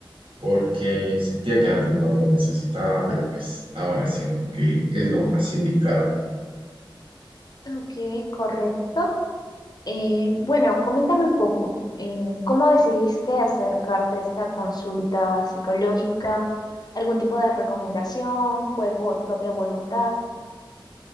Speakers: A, on the right; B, on the left.
A: porque sentía que antes no lo necesitaba, pero pues ahora siento que es lo más indicado.
B: Ok, correcto. Eh, bueno, coméntame un poco, eh, ¿cómo decidiste acercarte a esta consulta psicológica? ¿Algún tipo de recomendación? ¿Fue por propia voluntad?